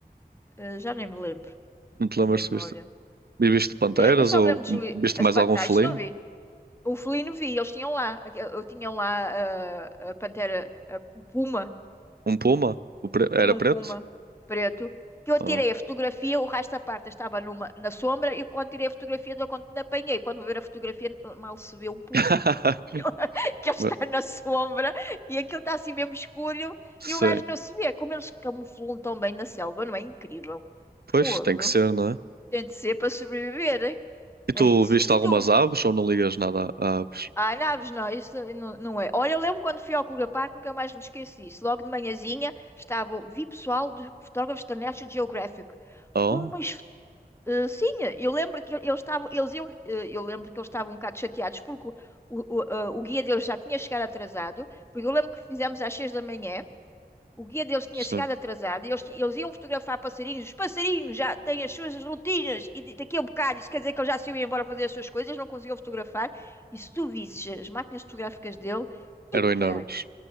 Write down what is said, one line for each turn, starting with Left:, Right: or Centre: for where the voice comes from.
Left: Eh, já nem me lembro.
Right: Não te
Left: É
Right: lembras
Left: a minha memória.
Right: se viste? E viste panteras
Left: Eu, eu só
Right: ou
Left: me lembro de Julie.
Right: viste
Left: As
Right: mais
Left: pan...
Right: algum
Left: Não,
Right: felino?
Left: isto não vi. O felino vi, eles tinham lá. aque- Eu tinham lá a, a pantera, a- o puma.
Right: Um puma? O pre- Era
Left: Tinha um
Right: preto?
Left: puma preto. Que eu
Right: Ah.
Left: tirei a fotografia, o resto da parte estava numa, na sombra. E quando tirei a fotografia, eu quando apanhei. Quando vou ver a fotografia, mal se vê um puma.
Right: <laughs>
Left: <laughs> Que ele que ele está
Right: Mas-
Left: na sombra e aquilo está assim mesmo escuro.
Right: Sim.
Left: E o gajo não se vê. Como eles camuflam tão bem na selva, não é incrível?
Right: Pois,
Left: Fogo.
Right: tem que ser, não é?
Left: Tem de ser para sobreviver.
Right: E tu
Left: É isso.
Right: viste
Left: E
Right: algumas
Left: tu?
Right: aves ou não ligas nada a a aves?
Left: Ah, naves, não, isso não, não é. Olha, eu lembro quando fui ao Clube Parque, nunca mais me esqueci disso. Logo de manhãzinha estava, vi pessoal de fotógrafos da National Geographic.
Right: Oh,
Left: Oh, mas eh, sim, eu lembro que eles estavam, eles iam, eh, eu lembro que eles estavam um bocado chateados porque o, o, o, eh, o guia deles já tinha chegado atrasado, porque eu lembro que fizemos às seis da manhã o guia deles tinha
Right: sim.
Left: chegado atrasado e eles, ti- eles iam fotografar passarinhos. Os passarinhos já têm as suas rotinas e de- daqui a um bocado isso quer dizer que eles já se iam embora fazer as suas coisas, eles não conseguiam fotografar. E se tu visses as máquinas fotográficas dele,
Right: Eram
Left: e
Right: enormes.
Left: caralho,